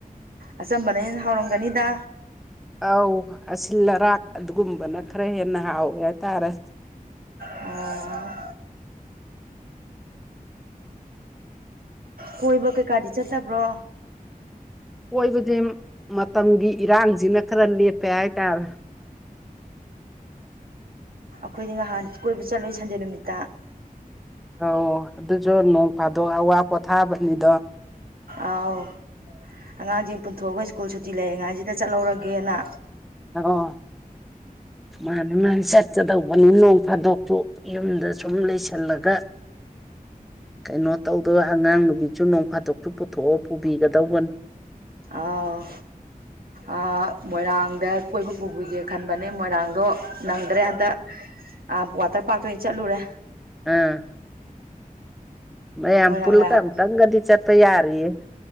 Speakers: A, on the right (about 80°); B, in the centre.
A: ꯑꯆꯝꯕꯅ ꯍꯦꯟꯅ ꯍꯥꯎꯔꯝꯒꯅꯤꯗ
B: ꯑꯧ ꯑꯁꯤꯜ ꯑꯔꯥꯛ ꯑꯗꯨꯒꯨꯝꯕꯅ ꯈꯔ ꯍꯦꯟꯅ ꯍꯥꯎꯋꯦ ꯍꯥꯏꯇꯥꯔꯦ
A: ꯑꯣ ꯀꯣꯏꯕ ꯀꯩꯀꯥꯗꯤ ꯆꯠꯇꯕ꯭ꯔꯣ
B: ꯀꯣꯏꯕꯗꯤ ꯃꯇꯝꯒꯤ ꯏꯔꯥꯡꯁꯤꯅ ꯈꯔ ꯂꯦꯞꯄꯦ ꯍꯥꯏꯇꯥꯔꯦ
A: ꯑꯩꯈꯣꯏꯗꯤ ꯅꯍꯥꯟ ꯀꯣꯏꯕ ꯆꯠꯂꯨꯏ ꯁꯟꯗꯦ ꯅꯨꯃꯤꯠꯇ
B: ꯑꯧ ꯑꯗꯨꯁꯨ ꯅꯣꯡ ꯐꯥꯗꯣꯛ ꯑꯋꯥ ꯄꯣꯊꯥꯕꯅꯤꯗꯣ
A: ꯑꯥꯎ ꯑꯉꯥꯡꯁꯤꯡ ꯄꯨꯟꯊꯣꯛꯑꯒ ꯁ꯭ꯀꯨꯜ ꯁꯨꯇꯤ ꯂꯩꯔꯤꯉꯥꯏꯁꯤꯗ ꯆꯠꯍꯧꯔꯒꯦꯅ
B: ꯑꯣ ꯃꯥꯅꯤ ꯃꯥꯅꯤ ꯆꯠꯀꯗꯧꯕꯅꯤ ꯅꯣꯡ ꯐꯥꯗꯣꯛꯁꯨ ꯌꯨꯝꯗ ꯁꯨꯝ ꯂꯩꯁꯜꯂꯒ ꯀꯩꯅꯣ ꯇꯧꯗꯕ ꯑꯉꯥꯡ ꯅꯨꯕꯤꯁꯨ ꯅꯣꯡ ꯐꯥꯗꯣꯛꯁꯨ ꯄꯨꯊꯣꯛꯑ ꯄꯨꯕꯤꯒꯗꯧꯕꯅꯤ
A: ꯑꯥꯎ ꯑꯥ ꯃꯣꯏꯔꯥꯡꯗ ꯀꯣꯏꯕ ꯄꯨꯕꯤꯒꯦ ꯈꯟꯕꯅꯦ ꯃꯣꯏꯔꯥꯡꯗꯣ ꯅꯪꯗ꯭ꯔꯦ ꯍꯟꯗꯛ ꯑ ꯋꯥꯇꯔ ꯄꯥꯔꯛꯇ ꯑꯣꯏꯅ ꯆꯠꯂꯨꯔꯦ
B: ꯑꯥ ꯃꯌꯥꯝ
A: ꯃꯣꯏꯔꯥꯡ
B: ꯄꯨꯜꯂꯒ
A: ꯂꯥꯏ
B: ꯑꯝꯇꯪꯒꯗꯤ ꯆꯠꯄ ꯌꯥꯔꯤꯌꯦ